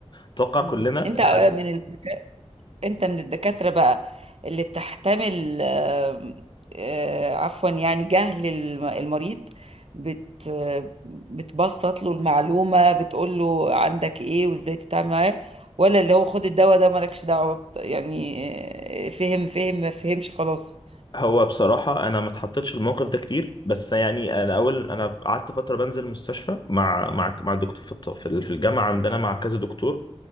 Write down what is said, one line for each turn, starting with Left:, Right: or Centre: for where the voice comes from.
Left: اتوقع
Right: مم.
Left: كلنا
Right: انت
Left: لحد-
Right: آه، من الدكا... انت من الدكاترة بقى اللي بتحتمل آه، آه، عفوا يعني جهل الم- المريض بت... بتبسط له المعلومة بتقول له عندك ايه وازاي تتعامل معاه ولا اللي هو خد الدواء ده مالكش دعوة بت- يعني آه، فهم فهم ما فهمش خلاص
Left: هو بصراحه انا ما اتحطيتش في الموقف ده كتير بس يعني انا اول انا قعدت فتره بنزل المستشفى مع مع مع الدكتور في الط- في ال- في الجامعه عندنا مع كذا دكتور